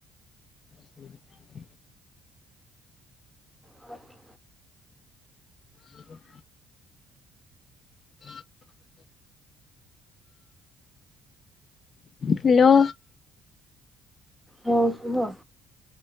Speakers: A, on the left; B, in the centre.
A: ହୁଁ <inaudible>
B: ହ <inaudible>
A: ହ <inaudible> ହ <inaudible> ହ୍ୟାଲୋ।
B: ହଁ କୁହ।